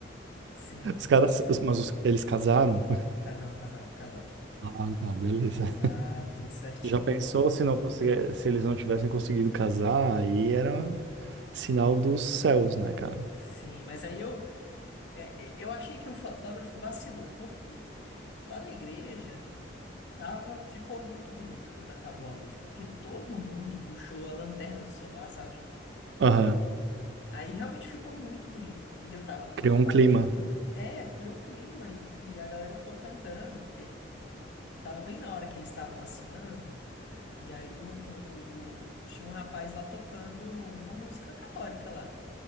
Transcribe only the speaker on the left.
Sim.
Ca- Não, casaram, casaram.
Casaram, tudo certinho.
Sim, mas aí eu, é, é, eu achei que o fotógrafo vacilou. Por quê? Lá na igreja tava, ficou muito bonito quando acabou a luz, porque todo mundo puxou a lanterna do celular, sabe?
Aí realmente ficou muito bonito. E eu tava, como
eu sou
padrinho,
é, ficou um clima e, e a galera ficou cantando, porque tava bem na hora que eles estavam assinando, e aí um, o, o- tinha um rapaz lá tocando uma música católica lá.